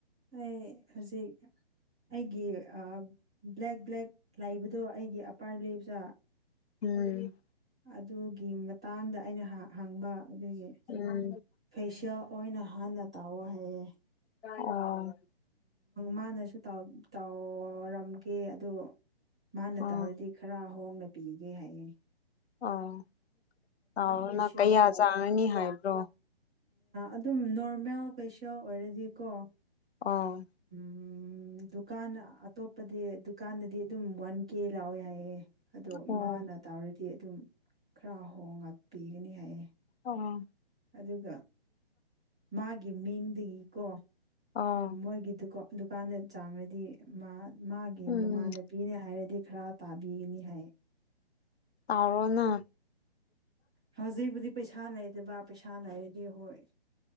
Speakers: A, in the centre; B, on the left.
A: ꯑꯩ ꯍꯧꯖꯤꯛ ꯑꯩꯒꯤ ꯕ꯭ꯂꯦꯛ ꯕ꯭ꯂꯦꯛ ꯂꯩꯕꯗꯣ ꯑꯩꯒꯤ ꯑꯄꯥꯔ ꯂꯤꯞꯖ
B: ꯎꯝ
A: ꯑꯗꯨꯒꯤ ꯃꯇꯥꯡꯗ ꯑꯩꯅ ꯍꯪꯕ ꯑꯗꯨꯒꯤ
B: ꯎꯝ
A: ꯐꯦꯁꯤꯌꯦꯜ ꯍ ꯑꯣꯏꯅ ꯍꯥꯟꯅ ꯇꯥꯛꯑꯣ ꯍꯥꯏꯌꯦꯦ
B: ꯑ
A: ꯃꯥꯅꯁꯨ ꯇꯥꯎ ꯇꯧꯔꯝꯒꯦ ꯑꯗ ꯃꯥꯅ
B: ꯑꯣ
A: ꯇꯧꯔꯗꯤ ꯈꯔ ꯍꯣꯡꯅ ꯄꯤꯒꯦ ꯍꯥꯏꯌꯦꯦ
B: ꯑꯣ ꯂꯑꯣꯅ
A: ꯐꯦꯁꯤꯌꯦꯜ
B: ꯀꯌꯥ ꯆꯥꯅꯅꯤ ꯍꯥꯏꯕ꯭ꯔꯣ
A: ꯑꯗꯨꯝ ꯅꯣꯔꯃꯦꯜ ꯐꯦꯁꯤꯌꯦꯜ ꯑꯣꯏꯔꯗꯤꯀꯣ
B: ꯑ
A: ꯎꯝ ꯗꯨꯀꯥꯟ ꯑꯇꯣꯞꯄꯗꯤ ꯗꯨꯀꯥꯟꯗꯗꯤ ꯑꯗꯨꯝ ꯋꯥꯟ ꯀꯦ ꯂꯥꯎꯋꯦ ꯍꯥꯏꯌꯦ ꯑꯗꯣ
B: ꯑꯣ
A: ꯃꯥꯅ ꯇꯧꯔꯗꯤ ꯑꯗꯨꯝ ꯈꯔ ꯍꯣꯡꯉꯛꯄꯤꯒꯅꯤ ꯍꯥꯏꯌꯦ
B: ꯑꯣ
A: ꯑꯗꯨꯒ ꯃꯥꯒꯤ ꯃꯤꯡꯗꯒꯤꯀꯣ
B: ꯑꯣ
A: ꯃꯣꯏꯒꯤ ꯗꯨ ꯗꯨꯀꯥꯟꯗ ꯆꯥꯡꯅꯗꯤ ꯃꯥ ꯃꯥꯒꯤ
B: ꯎꯝ
A: ꯃꯃꯥꯟꯅꯄꯤꯅꯦ ꯍꯥꯏꯔꯗꯤ ꯑꯈꯔꯥ ꯇꯥꯕꯤꯅꯤ ꯍꯥꯏ
B: ꯇꯥꯔꯣꯅ
A: ꯍꯧꯖꯤꯛꯄꯨꯗꯤ ꯄꯩꯁꯥ ꯂꯩꯗꯕ ꯄꯩꯁꯥ ꯂꯩꯔꯗꯤ ꯍꯣꯏ